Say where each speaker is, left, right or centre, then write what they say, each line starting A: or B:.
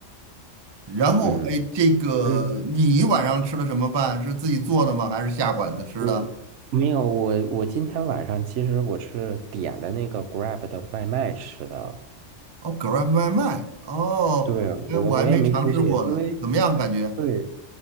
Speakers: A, on the right; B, on the right.
A: 然后哎，
B: 嗯
A: 这个你晚上吃的什么饭？
B: 嗯。
A: 是自己做的吗？还是下馆子吃的？
B: 我没有，我我今天晚上其实我是点的那个 Grab 的外卖吃的，
A: 哦，Grab 外卖。哦，
B: 对，
A: 那我还没尝试过呢，
B: 我我也没出去，因为
A: 怎么样感觉？
B: 对，